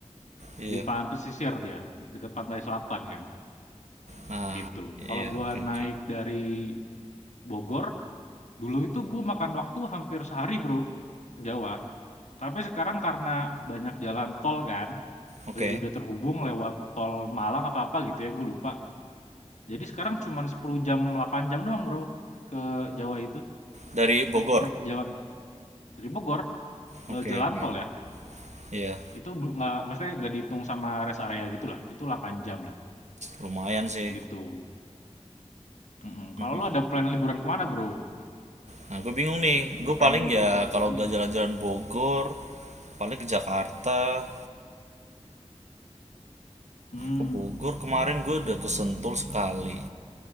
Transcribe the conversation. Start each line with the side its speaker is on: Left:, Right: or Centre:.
Right: Iya.
Left: Di pan pesisir dia, dekat pantai selatan kan.
Right: Nah,
Left: Gitu. Kalau
Right: iya
Left: gua
Right: oke oke.
Left: naik dari Bogor, dulu itu gua makan waktu hampir sehari, Bro, ke Jawa. Tapi sekarang karena banyak jalan tol kan,
Right: Oke.
Left: terus udah terhubung lewat tol Malang apa-apa gitu ya, gue lupa. Jadi sekarang cuman 10 jam, 8 jam doang, Bro, ke Jawa itu.
Right: Dari Bogor.
Left: Naik mo- Jawa Dari Bogor
Right: Oke
Left: lo jalan
Right: oke.
Left: tol ya.
Right: Iya,
Left: Itu bel- nggak maksudnya nggak dihitung sama rest area gitulah. Itu 8 jam lah
Right: lumayan sih.
Left: gitu. Mm-mm.
Right: Mm
Left: Kalau lo ada plan liburan kemana bro?
Right: Nah, gue bingung nih.
Left: Yang
Right: Gue
Left: pengen
Right: paling ya
Left: lo
Right: kalau
Left: datengin
Right: gak
Left: bro?
Right: jalan-jalan Bogor, paling ke Jakarta,
Left: Hmm.
Right: ke Bogor. Kemarin gue udah ke Sentul sekali.